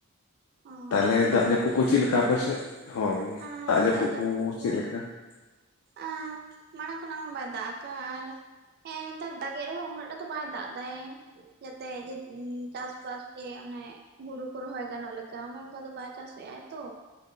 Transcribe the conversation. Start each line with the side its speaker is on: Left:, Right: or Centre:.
Right: ᱚ
Left: ᱛᱟᱞᱦᱮ
Right: ᱟᱹᱰᱤ
Left: ᱫᱟᱜ
Right: ᱱᱟᱯᱟᱭ
Left: ᱡᱟᱹᱯᱩᱜ ᱠᱩ ᱪᱤᱜᱞᱠᱟ ᱟᱯᱮ ᱥᱮᱜ ᱦᱳᱭ
Right: ᱟᱸ
Left: ᱫᱟᱜ ᱡᱟᱹᱯᱩᱜ
Right: ᱡᱟᱹᱯᱩᱫ
Left: ᱠᱩ
Right: ᱠᱚ
Left: ᱪᱮᱜᱞᱤᱠᱟ? <inaudible>
Right: ᱟᱸ ᱢᱟᱲᱟᱝ ᱠᱷᱚᱱᱟᱜ ᱢᱟ ᱵᱟᱭ ᱫᱟᱜ ᱟᱠᱟᱜ ᱟᱨ ᱦᱮᱸ ᱦᱮᱛᱟᱨ ᱫᱟᱜᱮ ᱨᱮᱦᱚᱸ ᱩᱱᱟᱹᱜ ᱴᱟ ᱫᱚ ᱵᱟᱭ ᱫᱟᱜ ᱫᱟᱭ ᱛᱮ ᱜᱤ ᱪᱟᱥᱵᱟᱥ ᱜᱮ ᱚᱱᱮ ᱦᱩᱲᱩ ᱠᱚ ᱨᱚᱦᱚᱭ ᱜᱟᱱᱚᱜ ᱞᱮᱠᱟ ᱚᱱᱮ ᱚᱱᱠᱟ ᱫᱚ ᱵᱟᱭ ᱪᱟᱥᱮᱜ ᱟᱭ ᱛᱚ,